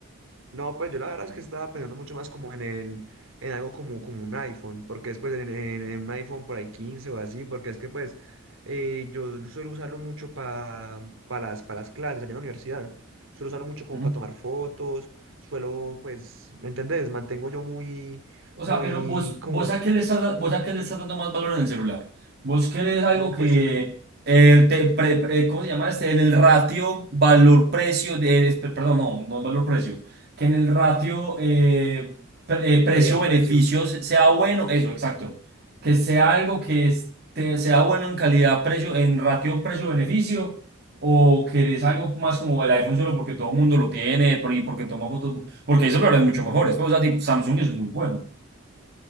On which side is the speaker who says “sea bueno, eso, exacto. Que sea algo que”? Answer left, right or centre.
Right